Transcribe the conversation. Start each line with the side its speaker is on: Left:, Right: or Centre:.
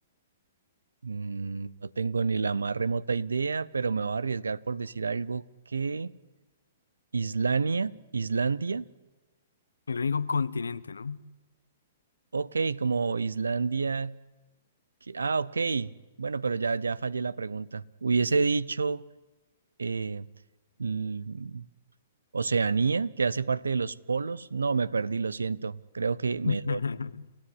Right: Mm, no tengo ni la más remota idea, pero me voy a arriesgar por decir algo que Islania, Islandia.
Left: El único continente, ¿no?
Right: Ok, como Islandia. que- Ah, ok. Bueno, pero ya, ya fallé la pregunta. Hubiese dicho eh, l- Oceanía, que hace parte de los polos. No, me perdí, lo siento. Creo que me
Left: <laughs>